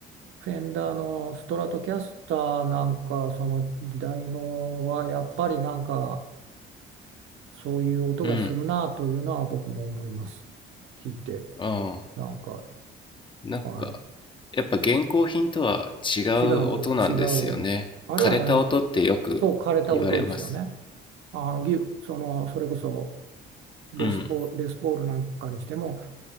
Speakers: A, on the right; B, on the left.
A: フェンダーのストラトキャスターなんか、その時代のはやっぱりなんか、そういう音がするなというのは僕も思います。
B: うん
A: 聞いて、
B: ああ
A: なんか、
B: なんか
A: はい。
B: やっぱ現行品とは違う音なんですよね枯れた音ってよく言われます
A: 違う、違う。あれはなん、そう、枯れた音ですよね。あの、ギ、その、それこそレスポ、
B: うん
A: レスポールなんかにしても、